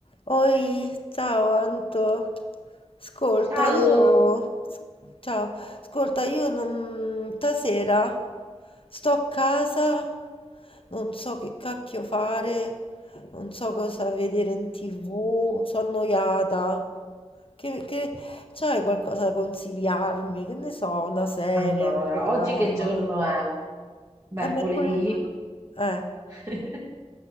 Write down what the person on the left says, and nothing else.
Oi, ciao Anto. Ascolta,
io... s- Ciao, ascolta, io non... Stasera sto a casa, non so che cacchio fare, non so cosa vedere in TV, sono annoiata. Che, che... C'hai qualcosa da consigliarmi? Che ne so, una serie,
un programma?
È mercoledì. Eh,